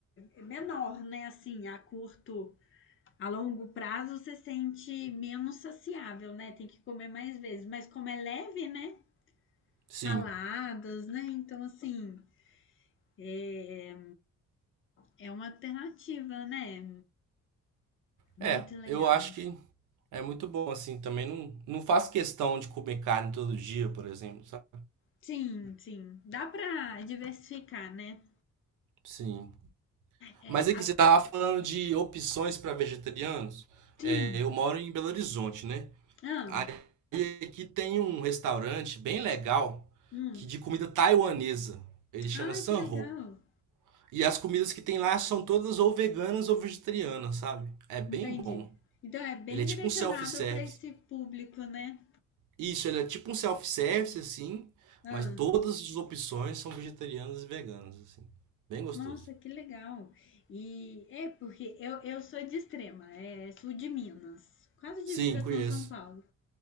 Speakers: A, on the left; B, on the right.
A: menor, né? Assim, a curto, a longo prazo, você sente menos saciável, né? Tem que comer mais vezes. Mas como é leve, né?
B: Sim.
A: saladas, né? Então, assim, é, é uma alternativa, né? Muito
B: É,
A: legal.
B: eu acho que é muito bom, assim. Também não, não faço questão de comer carne todo dia, por exemplo, sabe?
A: Sim, sim. Dá pra diversificar, né?
B: Sim.
A: É,
B: Mas aqui,
A: a-
B: você tava falando de opções para vegetarianos.
A: sim.
B: É, eu moro em Belo Horizonte, né?
A: Ah,
B: Aí aqui tem um restaurante bem legal
A: hum.
B: que de comida taiwanesa. Ele chama
A: Ah,
B: Sanho.
A: que legal.
B: E as comidas que tem lá são todas ou veganas ou vegetarianas, sabe? É bem
A: Entendi.
B: bom.
A: Então é bem
B: Ele é
A: direcionado
B: tipo um self-service.
A: para esse público, né?
B: Isso, ele é tipo um self-service, assim,
A: Ah,
B: mas todas as opções são vegetarianas e veganas, assim. Bem gostoso.
A: nossa, que legal. E é porque eu, eu sou de Extrema, é sul de Minas, quase
B: Sim,
A: divisa
B: conheço.
A: com São Paulo.